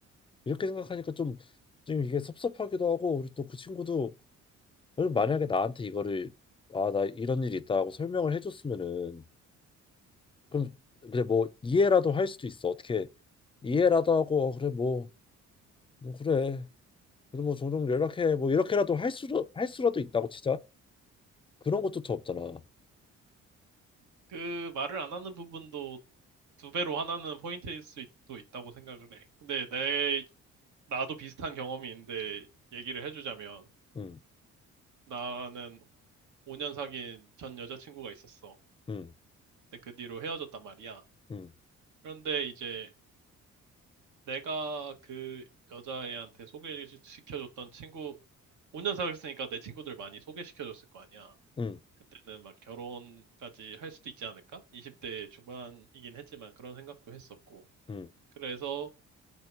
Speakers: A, on the left (about 20°); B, on the right (about 75°).
A: 이렇게 생각하니까 좀 좀 이게 섭섭하기도 하고 우리 또 그 친구도 만약에 나한테 이거를 아 나 이런 일이 있다 하고 설명을 해줬으면은 그럼 그래 뭐 이해라도 할 수도 있어. 어떻게 이해라도 하고 어, 그래 뭐, 뭐 그래. 그래도 뭐 종종 연락해. 뭐 이렇게라도 할 수로 할 수라도 있다고 치자. 그런 것도 없잖아.
B: 그 말을 안 하는 부분도 두 배로 하나는 포인트일 수도 있다고 생각을 해. 근데 내, 나도 비슷한 경험이 있는데 얘기를 해주자면,
A: 음,
B: 나는 5년 사귄 전 여자친구가 있었어.
A: 음,
B: 근데 그 뒤로 헤어졌단 말이야.
A: 음,
B: 그런데 이제 내가 그 여자애한테 소개시켜줬던 친구, 5년 사귀었으니까 내 친구들 많이 소개시켜줬을 거 아니야.
A: 음,
B: 그때는 막 결혼까지 할 수도 있지 않을까? 20대 중반이긴 했지만 그런 생각도 했었고.
A: 음,
B: 그래서